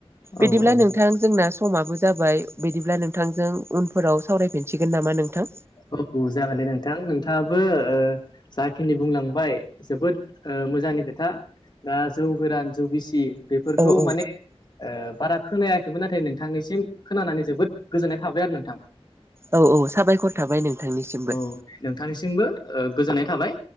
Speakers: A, on the left; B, on the right.
A: औ
B: बिदिब्ला
A: औ
B: नोंथां जोंना समाबो जाबाय बिदिब्ला नोंथांजों उनफोराव सावरायफिनसिगोन नामा नोंथां!
A: औ जागोन दे नोंथां नोंथाङाबो ओ जाखिनि बुंलांबाय जोबोद मोजांनि खोथा दा जौ गोरान जौ गिसि बेफोरखौ
B: औ औ
A: माने ओ बारा खोनायाखैमोन नाथाय नोंथांनिसिम खोनानानै जोबोद गोजोननाय थाबाय आरो नोंथां।
B: औ औ साबायखर थाबाय नोंथांनिसिमबो
A: औ नोंथांनिसिमबो गोजोननाय थाबाय।